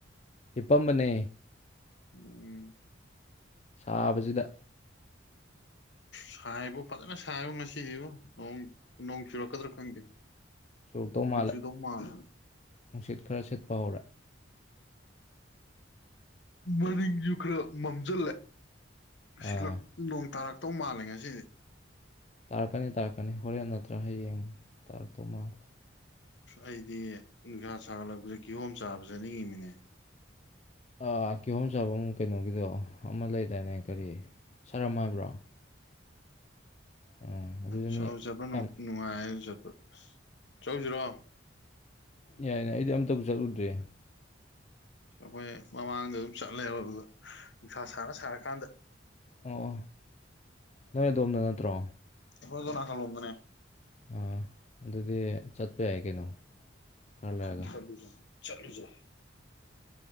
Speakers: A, on the left (about 35°); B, on the left (about 65°).
A: ꯏꯄꯝꯕꯅꯦ
B: ꯎꯝ
A: ꯁꯥꯕꯁꯤꯗ
B: ꯁꯥꯏꯕ ꯐꯖꯅ ꯁꯥꯏꯕ ꯉꯁꯤꯗꯤꯕ ꯅꯣꯡ ꯆꯨꯔꯛꯀꯗ꯭ꯔꯥ ꯈꯪꯗꯦ
A: ꯆꯨꯔꯣꯛ ꯇꯧ
B: ꯅꯣꯡ
A: ꯃꯥꯜꯂ
B: ꯆꯨꯗꯧ ꯃꯥꯜꯂꯦ
A: ꯅꯨꯡꯁꯤꯠ ꯈꯔ ꯁꯤꯠꯄ ꯍꯧꯔꯦ
B: ꯃꯔꯤꯁꯨ ꯈꯔ ꯃꯝꯁꯤꯜꯂꯦ ꯁꯤꯂꯛ
A: ꯑꯥ
B: ꯅꯣꯡ ꯇꯥꯔꯛ ꯃꯇꯧ ꯃꯥꯜꯂꯦ ꯉꯁꯤꯗꯤ
A: ꯇꯥꯔꯛꯀꯅꯤ ꯇꯥꯔꯛꯀꯅꯤ ꯍꯣꯔꯦꯟ ꯅꯠꯇ꯭ꯔꯥ ꯍꯌꯦꯡ ꯇꯥꯔꯛꯇꯧ ꯃꯥꯜꯜꯂꯤꯦ
B: ꯑꯩꯗꯤ ꯅꯨꯡꯁꯥ ꯁꯥꯒꯠꯂꯛꯄꯁꯦ ꯀꯤꯍꯣꯝ ꯆꯥꯕ ꯆꯠꯅꯤꯡꯉꯤꯃꯤꯅꯦ
A: ꯑ ꯀꯤꯍꯣꯝ ꯆꯥꯐꯝ ꯀꯩꯅꯣꯒꯤꯗꯣ ꯑꯃ ꯂꯩꯗꯥꯅꯦ ꯀꯔꯤ ꯁꯥꯔꯝ ꯍꯥꯏꯕ꯭ꯔꯣ ꯑꯥ ꯑꯗꯨꯁꯨ
B: ꯁꯝꯖꯕ
A: ꯃꯤ ꯌꯥꯝ
B: ꯅꯨꯡꯉꯥꯏꯖꯕ ꯆꯥꯎꯧꯁꯤꯔꯣ
A: ꯌꯥꯏ ꯌꯥꯏ ꯑꯩꯗꯤ ꯑꯝꯇꯕꯨ ꯆꯠꯂꯨꯗ꯭ꯔꯦ
B: ꯑꯩꯈꯣꯏ ꯃꯃꯥꯡꯗ ꯑꯗꯨꯝ ꯆꯠꯂꯦꯕ ꯑꯗꯨꯒ ꯅꯨꯡꯁꯥ ꯁꯥꯅ ꯁꯥꯔꯀꯥꯟꯗ
A: ꯑꯣ ꯅꯣꯏ ꯑꯗꯣꯝꯗ ꯅꯠꯇ꯭ꯔꯣ
B: ꯑꯩꯈꯣꯏꯅ ꯊ ꯂꯝꯗꯅꯦ
A: ꯑꯥ ꯑꯗꯨꯗꯤ ꯆꯠꯄ ꯌꯥꯏ ꯀꯩꯅꯣ ꯈꯔ ꯂꯩꯔꯒ
B: ꯆꯠꯂꯖ ꯆꯠꯂꯨꯖꯦ